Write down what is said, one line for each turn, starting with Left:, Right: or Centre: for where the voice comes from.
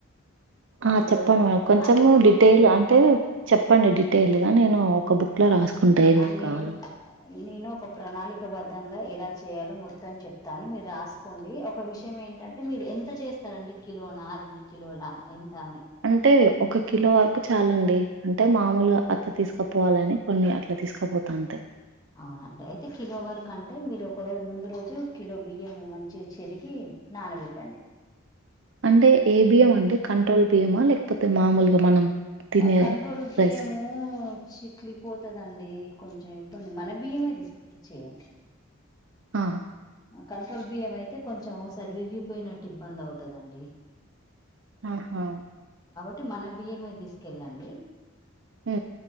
Right: ఆ చెప్పండి మ కొంచెం
Left: అంటే మీరు
Right: డిటెయిల్ అంటే చెప్పండి డిటెయిల్ గా నేను ఒక బుక్ లో రాసుకుంటా ఏమేం
Left: ఆ నేను
Right: కావాలో
Left: నేను ఒక ప్రణాళిక బద్దంగా ఎలా చేయాలో మొత్తం చెప్తాను మీరు రాసుకోండి ఒక విషయం ఏంటంటే మీరు ఎంత చేస్తారండి కిలోనా రెండూ కిలోలా ఎంత అని
Right: అంటే ఒక కిలో వరకు చాలండి అంటే మామూలు అత్త తీసుకపోవాలని కొన్ని అట్లా తీసుకపోత అంతే
Left: అవునండి అయితే కిలో వరకు అంటే మీరు ఒక రోజు ముందు రోజు కిలో బియ్యము మంచి చెరిగి నానబెట్టండి
Right: అంటే ఏ బియం అంటడి కంట్రోల్ బియ్యమా లేకపోతే మామూలుగా మనం తినే
Left: మా కంట్రోల్ బియ్యము
Right: రైస్
Left: చిట్లి పోతాదండి కొంచెం ఇబ్బంది మన బియ్యమే తీసుకుని చేయండి
Right: ఆ
Left: కంట్రోల్ బియ్యం అయితే కొంచెం సరివిగిపోయినట్టు ఇబ్బంది అవుతదండి
Right: ఆహా
Left: టి మన బియ్యమే తీసుకెళ్ళండి
Right: ఉ